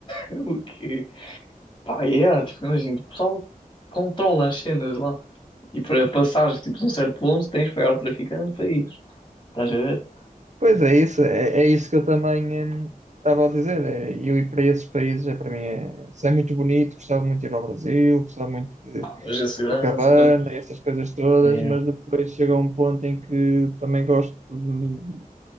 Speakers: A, on the left; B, on the right.
A: <laughs> o quê? Pá, e é, tipo, imagina, o pessoal controla as cenas lá. E para passares, tipo, de um certo ponto, tens de pagar ao traficante para ir. Estás a ver?
B: pois é isso, é, é isso que eu também ahm, estava a dizer. É, eu ir para esses países é para mim é, se é muito bonito, gostava muito de ir ao Brasil, gostava muito de
A: Mas a segurança,
B: ao Cavani,
A: pá.
B: essas coisas todas,
A: Yeah.
B: mas depois chega um ponto em que também gosto de-